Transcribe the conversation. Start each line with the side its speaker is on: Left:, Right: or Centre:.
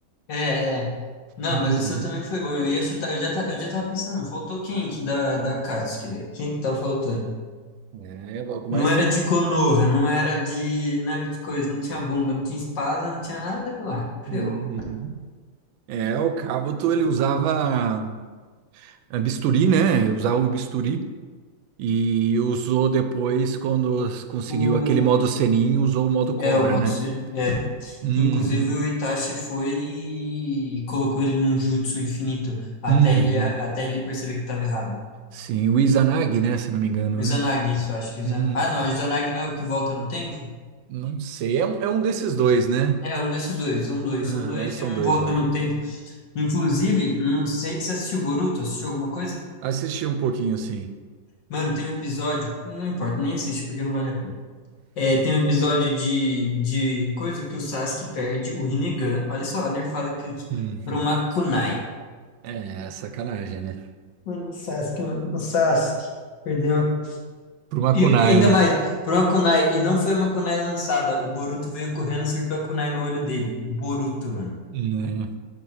Left: É, é. Não,
Right: Uhum.
Left: mas o seu também foi bom. Eu ia chutar, eu já, ta- eu já tava pensando, faltou quem que da, da Akatsuki, velho? Quem que tá faltando?
Right: É, logo mais
Left: Não era
Right: cedo.
Left: de Konoha, não era de nada de coisa, não tinha bomba, não tinha espada, não tinha nada, e lá, ferrou.
Right: Uhum. É, o Cabuto ele usava eh, bisturi, né? Usava um bisturi e usou depois quando s- conseguiu
Left: O,
Right: aquele modo Senin, usou o modo cobra,
Left: é, o Motosur.
Right: né? Uhum.
Left: que Inclusive o Itachi foi e colocou ele num jutsu infinito, até
Right: Uhum.
Left: ele, até ele perceber que estava errado.
Right: Sim, o Izanagi, né? Se não me engano,
Left: O
Right: né?
Left: Izanagi, isso, eu acho que o Izanagi...
Right: Uhum.
Left: Ah, não, o Izanagi não é o que volta no tempo?
Right: Não sei, é um, é um desses dois, né?
Left: É, um desses dois, são dois,
Right: Aham,
Left: são dois
Right: é, são
Left: e um
Right: dois
Left: volta
Right: lá.
Left: no tempo. Inclusive, não sei se você assistiu Boruto, assistiu alguma coisa?
Right: Assisti um pouquinho, sim.
Left: Mano, tem um episódio, não importa, nem assiste porque não vale a pena. É, tem um episódio de, de coisa que o Sasuke perde o Rinnegan. Olha só, a nerfada que
Right: Hum.
Left: por uma kunai.
Right: É, sacanagem, né?
Left: Mano, o Sasuke, mano, o Sasuke perdeu uma...
Right: Pro Makunai,
Left: E, e ainda
Right: né?
Left: mais, por uma kunai, e não foi uma kunai lançada. O Boruto veio correndo e acertou a kunai no olho dele. O Boruto, mano.
Right: Né?